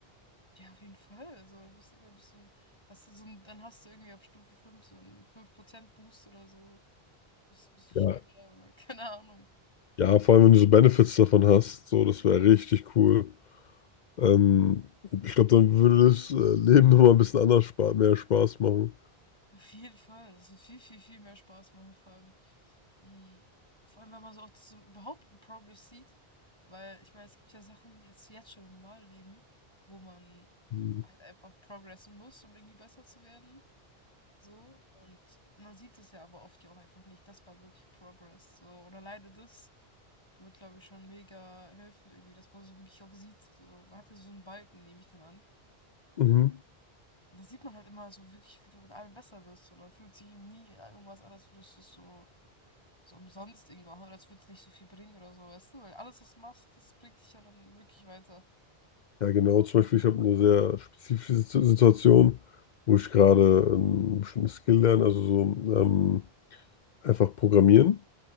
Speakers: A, on the left; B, on the left.
A: Ja, auf jeden Fall. Also, du bist immer ein bisschen. Hast du so ein, dann hast du irgendwie ab Stufe 5 so einen 5% Boost oder so. Bist ein bisschen
B: Ja,
A: schneller oder <laughs> keine Ahnung.
B: ja, vor allem, wenn du so Benefits davon hast, so, das wäre richtig cool. Ähm, ich glaube, dann würde das äh, Leben nochmal ein bisschen anders spa mehr Spaß machen.
A: Auf jeden Fall. Das wird viel, viel, viel mehr Spaß machen, vor allem. mm, Vor allem, wenn man so auch so überhaupt einen Progress sieht. Weil, ich meine, es gibt ja Sachen jetzt, jetzt schon im normalen Leben, wo man
B: Mhm.
A: halt einfach progressen muss, um irgendwie besser zu werden. So, und man sieht es ja aber oft ja auch einfach nicht. Das war wirklich Progress. So, und alleine das wird, glaube ich, schon mega helfen, irgendwie, dass man so wirklich auch sieht. So, man hat ja so einen Balken, nehme ich dann an.
B: Mhm.
A: Und dann sieht man halt immer so wirklich, wie du mit allem besser bist. Und dann fühlt sich eben nie irgendwas an, als würdest du es so, so umsonst irgendwie machen. Oder als würde es nicht so viel bringen oder so, weißt du? Weil alles, was du machst, das bringt dich ja dann wirklich weiter.
B: Ja, genau. Zum Beispiel, ich habe eine sehr spezifische Situ- Situation, wo ich gerade einen bestimmten Skill lerne, also so ähm, einfach programmieren.